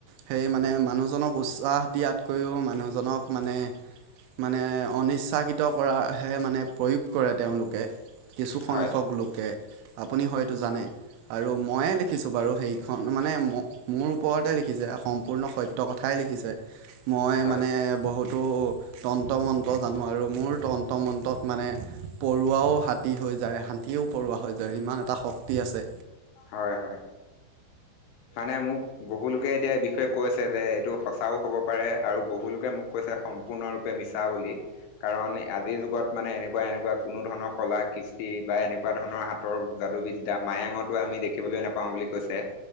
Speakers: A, on the right; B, on the left.
A: সেই মানে মানুহজনক উৎসাহ দিয়াতকৈও মানুহজনক মানে মানে অনিচ্ছাকৃত কৰাহে মানে প্ৰয়োগ কৰে তেওঁলোকে। কিছুসংখ্যক
B: হয় হয়
A: লোকে আপুনি হয়তো জানে। আৰু ময়ে লিখিছোঁ বাৰু সেইখন, মানে ম-মোৰ ওপৰতে লিখিছে অসম সম্পূৰ্ণ সত্য কথাই লিখিছে, মই
B: হয়
A: মানে বহুত টো তন্ত মন্ত্ৰ জানো আৰু মোৰ তন্ত মন্ত্ৰত মানে পৰুৱাও হাত যায় হাঁতীও পৰুৱা হয় যায়, ইমান এটা শক্তি আছে।
B: হয়, হয়। মানে মোক বহুলোকে এতিয়া এই বিষয়ে কৈছে যে এইটো সঁচাও হ'ব পাৰে, আৰু বহুলোকে মোক কৈছে সম্পূৰ্ণৰূপে মিছা বুলি। কাৰণ আজিৰ যুগত মানে এনেকুৱা এনেকুৱা কোনো ধৰণৰ কলা কৃষ্টি বা এনেকুৱা ধৰণৰ হাত তৰ যাদু বিদ্যা, মায়াঙতো আমি দেখিবলৈ নাপাওঁ বুলি কৈছে,